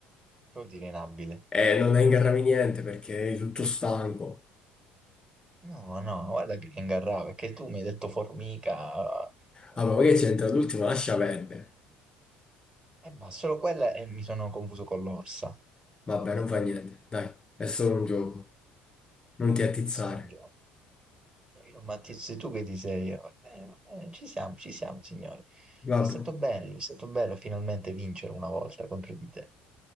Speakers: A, on the right; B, on the left.
A: Che vuol dire inabile?
B: E non ingarrami niente perché eri tutto stanco.
A: No, no, guarda che ingarrava, perché tu mi hai detto formica, eh,
B: Ah, ma magari c'entra all'ultimo, lascia perdere.
A: eh, ma solo quella e mi sono confuso con l'orsa.
B: Vabbè,
A: Eh,
B: non fa niente, dai, è solo un gioco. Non ti attizzare.
A: è solo un gioco. Io, Matteo, sei tu che ti sei... eh, Va bene, va bene, ci siamo, ci siamo, signore.
B: Vabbè.
A: È stato bello, è stato bello finalmente vincere una volta contro di te,